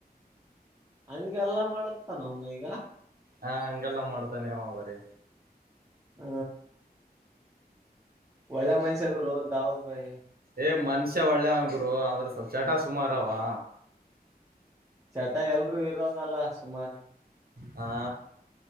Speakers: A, on the right; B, on the right.
A: ಹಂಗೆಲ್ಲಾ ಮಾಡತ್ತ ನ ಅವನ ಈಗ
B: ಹಾ ಹಂಗೆಲ್ಲ ಮಾಡ್ತಾನೆ ಅವ ಬರೀ
A: ಹ ಒಳ್ಳೆ ಮನ್ಷ್ಯಗರುೋ ದಾವದ್ ಭೈ
B: ಏ್ ಮನ್ಷ್ಯ ಒಳ್ಳೆ ಹಂಗುರು ಅಂದ್ರೆ ಸ್ವಲ್ಪ ಚಟ ಸುಮಾರವಾ
A: ಚಟ ಎಲ್ರುೂ ಇರೋದಲ್ಲ ಸುಮಾರು
B: ಹಾ